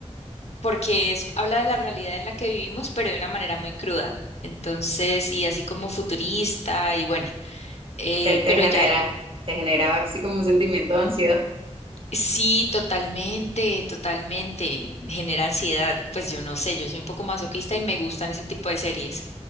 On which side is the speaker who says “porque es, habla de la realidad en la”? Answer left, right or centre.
Left